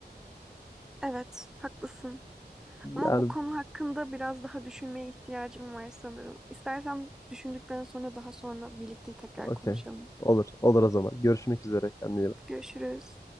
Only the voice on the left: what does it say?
Yani
okey.
Olur. Olur o zaman. Görüşmek üzere. Kendine iyi bak.